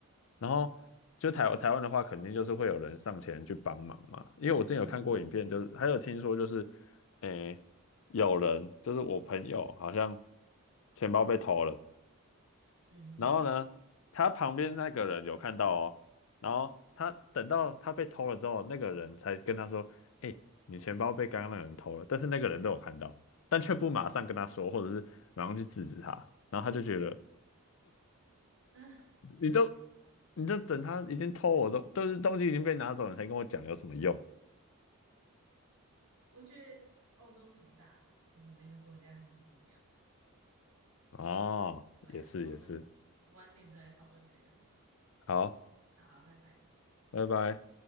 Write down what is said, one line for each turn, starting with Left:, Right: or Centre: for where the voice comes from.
Left: 然后就台台湾的话，肯定就是会有人上前去帮忙嘛。因为我之前有看过影片，
Right: 嗯哼，
Left: 就是还有听说就是，诶，有人就是我朋友好像钱包被偷了，
Right: 嗯
Left: 然后呢，他旁边那个人有看到哦，然后他等到他被偷了之后，那个人才跟他说，诶，你钱包被刚刚那个人偷了，但是那个人都有看到，但却不马上跟他说，或者是马上去制止他，然后他就觉得
Right: 哼，<laughs> 啊，
Left: 你都你都等他已经偷我东，都是东西已经被拿走了，你才跟我讲有什么用？
Right: 我觉得欧洲挺大的，就是每个国家还是不一样。
Left: 哦，
Right: 对啊，
Left: 也是也是，
Right: 我们晚点再来讨论这个。
Left: 好，
Right: 好，拜拜。
Left: 拜拜。